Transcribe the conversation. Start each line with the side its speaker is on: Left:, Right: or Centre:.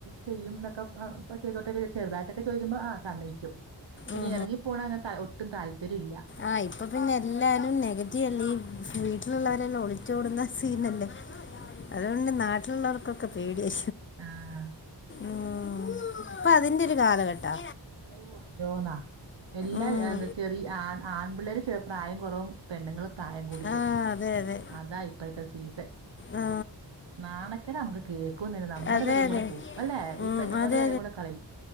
Right: ചെയ്യും എന്നൊക്കെപ്പൊ ഇപ്പ ചെയ്തോട്ടെ ചോ ചെറുതായിട്ടൊക്കെ ചോയ്ക്കുമ്പോ ആ സമ്മയ്ക്കും പിന്നെ
Left: ഉം
Right: എറങ്ങിപ്പോണ അങ്ങനത്തെ ഒട്ടും താല്പര്യം ഇല്ല
Left: ആഹ് ഇപ്പൊ പിന്നെ എല്ലാരും നെഗറ്റീവ് അല്ലേ വീട്ടില് എല്ലാരും
Right: ആഹ്
Left: ഒളിച്ചോടുന്ന സീനല്ലേ അതോണ്ട് നാട്ടിലുള്ളവർക്കൊക്കെ പേടിയാ
Right: ആഹ്
Left: ഊം ഇപ്പൊ അതിന്റെ ഒരു കാലഘട്ടാ
Right: ഓഹ് അതെയോന്നോ എല്ലാ
Left: ഉം.
Right: എന്താ ചെറിയ ആൺ ആൺപിള്ളേര് ചെ പ്രായം കുറവും പെണ്ണുങ്ങള് പ്രായം കൂടിയതും
Left: ആ അതെ അതെ
Right: അതാ ഇ ഇപ്പഴത്തെ സീസൺ
Left: ആ
Right: നാണക്കേടാ നമുക്ക് കേ ക്കുന്നെന്നെ നമ്മുടെ
Left: അതെ
Right: വിലയും
Left: അതെ
Right: കൂടെ പോവും അല്ലെ
Left: ഉം,
Right: ഈ പെണ്ണുങ്ങളുടെ
Left: അതെ
Right: വിലയും കൂടെ കളയും